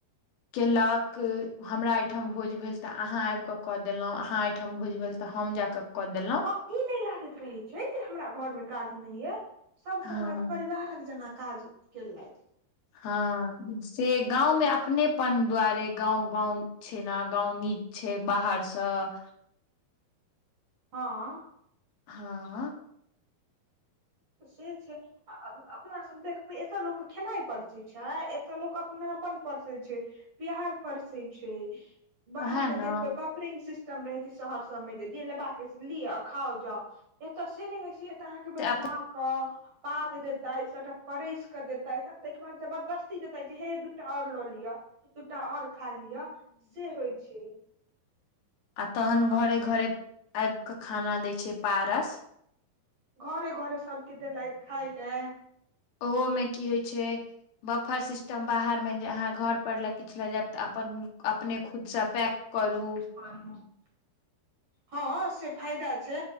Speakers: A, on the left; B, on the right.
A: केलक हमरा यै ठाम भोज भेल तऽ अहाँ आब कऽ क देलहुं अहाँ ठाम भोज भेल तऽ हम जाकऽ कऽ देलहुँ
B: हँ ई नहि लागैत रहैत छै जे हमरा घरमे काज नहि यए सभ
A: हँ
B: समाज परिवारक जेना काज कलैथ
A: हँ से गाँवमे अपनेपन दुआरे गाँं गाँव छैन गाँंव नीक छै बाहरसँ
B: हँ
A: हँ
B: से छै अपना सब देखबै एतय लोक खेनाइ परसै छै एतय लोक अपनापन परसै छै प्यार पर सै छै बाहर
A: ओएह
B: मे
A: ने
B: देखबै बक फ्रेंग सिस्टम रहैछै शहर सब मे जे ब लि खाओ जा एतऽ से नहि से त अहाँ के बैसा
A: तऽ
B: कऽ पात देएतै सभटा परसि कऽ देएतै आ ताहिके बाद जबरदस्ती देएतैथ जे हे दू टा आओर लऽ लिअ दूटा आओर खा लिअ से होइ छै
A: आ तहन घरे घरे आब क खाना दय छै पारस
B: घरे घरे सभके देलैथ खाय लए
A: ओहोमे कि होइ छै बफर सिस्टम बाहर मे जे अहाँ घर पर ला किछु ल जायब तऽ अपन अपने खुदसँ पैक करू
B: कर <unintelligible> <unintelligible> हँ से फायदा छै